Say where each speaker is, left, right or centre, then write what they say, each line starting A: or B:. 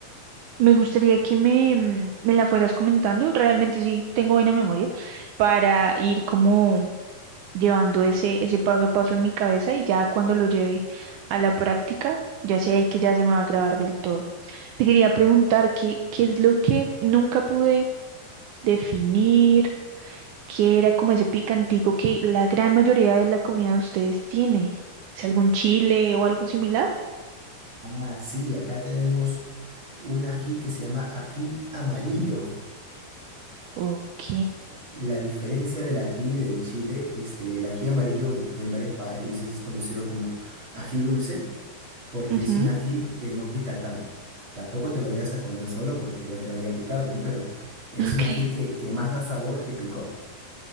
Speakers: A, on the right; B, on the right.
A: Me gustaría que me, mm, me la fueras comentando, realmente sí tengo buena memoria, para ir como llevando ese, ese paso a paso en mi cabeza y ya cuando lo lleve a la práctica, ya sé ahí que ya se me va a grabar del todo. Te quería preguntar qué, qué es lo que nunca pude definir, qué era como ese picantico que la gran mayoría de la comida de ustedes tiene. ¿Es algún chile o algo similar?
B: Ah, sí, acá tenemos un ají que se llama ají amarillo.
A: Sí. Ok.
B: La diferencia del ají y del chile, este, el ají amarillo en, en varios países es conocido como ají dulce. porque
A: Ujú.
B: es un ají que no pica tanto. Tampoco te lo vayas a comer solo porque igual te vaya a picar, ¿no? Pero es
A: <laughs>
B: un
A: Ok.
B: ají que, que más da sabor que picor.